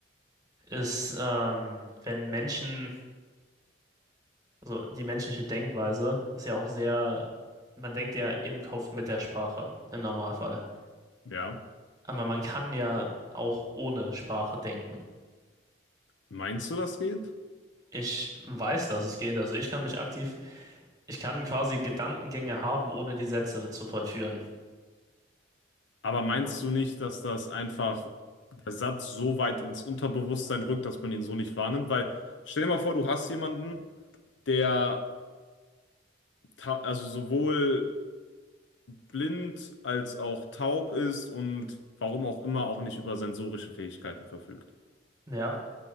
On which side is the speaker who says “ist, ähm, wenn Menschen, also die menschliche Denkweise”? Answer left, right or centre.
Right